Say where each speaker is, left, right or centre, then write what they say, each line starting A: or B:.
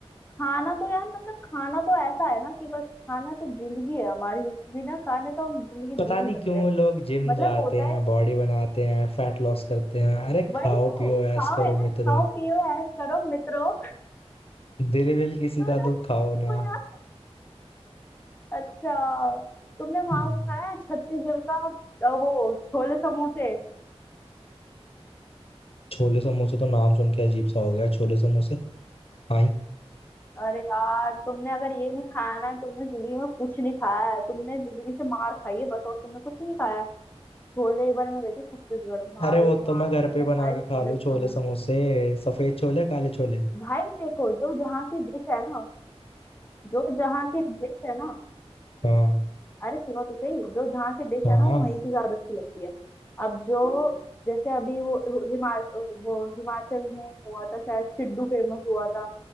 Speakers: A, on the left; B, on the left.
A: खाना तो यार मतलब खाना तो ऐसा है ना कि बस खाना तो जिंदगी है हमारी बिना खाने तो हम जिंदगी जी
B: पता
A: नहीं
B: नहीं
A: सकते
B: क्यों लोग जिम
A: मतलब
B: जाते
A: होता
B: हैं
A: है
B: बॉडी बनाते हैं फैट लॉस करते हैं अरे
A: वही
B: खाओ
A: तो
B: पियो ऐश
A: खाओ
B: करो
A: यार खाओ
B: मित्रों
A: पियो ऐश करो मित्रों
B: दिल विल किसी
A: <laughs> दोनों
B: का दुख
A: ने
B: खाओ
A: सेम
B: ना
A: बोला अच्छा तुमने वहां
B: हम्म।
A: का खाया है छत्तीसगढ़ का अ, वो छोले समोसे
B: छोले समोसे तो नाम सुन के अजीब सा हो गया छोले समोसे आई
A: अरे यार तुमने अगर ये नहीं खाया ना तुमने जिंदगी में कुछ नहीं खाया है तुमने जिंदगी से मार खाई है बस और तुमने कुछ नहीं खाया है। छोले एक बार मैं गई थी छत्तीसगढ़ भाई
B: अरे वो
A: वहां
B: तो मैं
A: से
B: घर
A: मैंने
B: पे बना
A: खाए
B: के
A: छोले
B: खा लूँ
A: समोसे
B: छोले समोसे सफेद छोले काले छोले
A: भाई देखो जो जहाँ की डिश है ना जो जहाँ की डिश है ना
B: हाँ
A: अरे सुनो तो सही जो जहाँ की डिश
B: हाँ
A: है ना
B: हाँ
A: वो वहीं की ज्यादा अच्छी लगती है अब जो जैसे अभी वो वो हिमाल वो हिमाचल में हुआ था शायद सिड्डू फेमस हुआ था